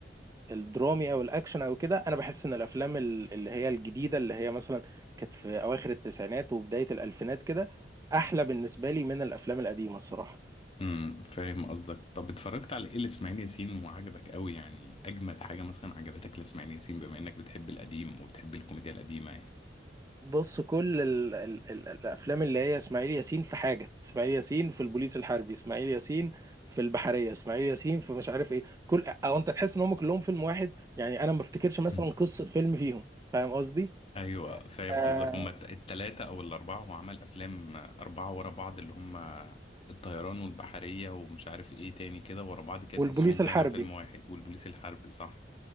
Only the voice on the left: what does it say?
امم فاهم قصدك طب اتفرجت على ايه لاسماعيل ياسين وعجبك قوي يعني اجمد حاجه مثلا عجبتك لاسماعيل ياسين بما انك بتحب القديم وبتحب الكوميديا القديمه يعني
<laughs>
ايوه فاهم
قصدك هما الت- التلاتة او الاربعة هو عمل افلام اربعة ورا بعض اللي هما الطيران والبحرية ومش عارف ايه تاني كده ورا بعض كده
تحسهم فعلا
فيلم واحد والبوليس الحربي صح